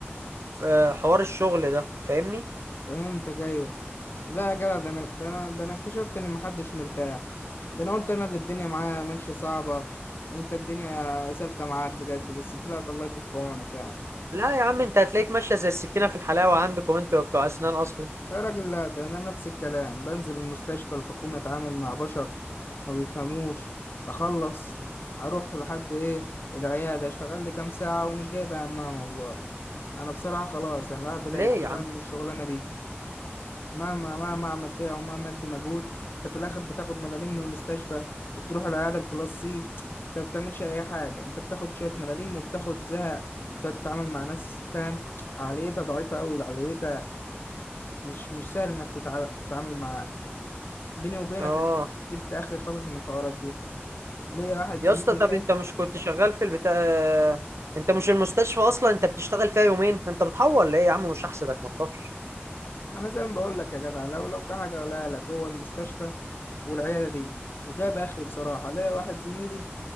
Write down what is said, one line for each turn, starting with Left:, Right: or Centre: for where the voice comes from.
Right: في حوار الشغل ده فاهمني
Left: فهمتك ايوه لا يا جدع ده انا ده انا ده انا اكتشفت ان محدش مرتاح ده انا قلت انا اللي الدنيا معايا ماشية صعبة وانت الدنيا سالكة معاك بجد بس طلعت الله يكون في عونك يعني
Right: لا يا عم انت هتلاقيك ماشيه زي السكينه في الحلاوه عندكم انتوا بتوع اسنان اصلا
Left: يا راجل لا ده أنا نفس الكلام بنزل المستشفى الحكومة أتعامل مع بشر ما بيفهموش أخلص أروح لحد إيه العيادة أشتغل لي كام ساعة ومش جايب همها والله أنا بصراحة خلاص يعني الواحد بدأ
Right: ليه
Left: يتشائم
Right: يا عم
Left: من الشغلانة دي مهما مهما أعمل فيها ومهما أدي مجهود أنت في الآخر بتاخد ملاليم من المستشفى وبتروح العيادة الكلاس سي أنت ما بتعملش أي حاجة أنت بتاخد شوية ملاليم وبتاخد زهق بتقعد تتعامل مع ناس فاهم عقليتها ضعيفة أوي عقليتها مش مش سهل انك تتع- تتعامل معاه بيني وبينك
Right: اه
Left: جبت جبت اخري خالص من الحوارات دي ليا واحد
Right: يا
Left: زميلي
Right: اسطى طب
Left: فاهم
Right: انت مش كنت شغال في البتاع انت مش المستشفى اصلا انت بتشتغل فيها يومين انت بتحور ليه يا عم مش هحسدك ما تخافش
Left: انا زي ما بقول لك يا جدع لو لو في حاجه اقولها لك هو المستشفى والعياده دي وجاب اخري بصراحه ليا واحد زميلي